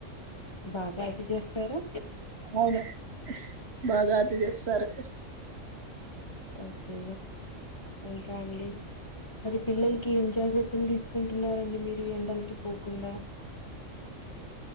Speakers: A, on the left; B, on the right.
A: బాగా అతి చేస్తారా.
B: అవును బాగా అతి చేస్తారు.
A: ఓకే ఇంకా అండి. మరి పిల్లలకి ఏం జాగ్రత్తలు తీసుకుంటున్నారండి మీరు ఎండలకి పోకుండా.